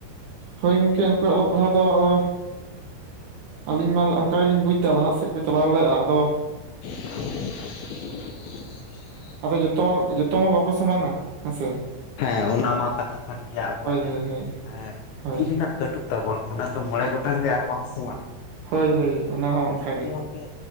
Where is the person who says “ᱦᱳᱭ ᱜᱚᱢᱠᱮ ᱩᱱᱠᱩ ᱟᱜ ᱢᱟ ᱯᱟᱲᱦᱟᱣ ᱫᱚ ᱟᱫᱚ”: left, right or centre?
Right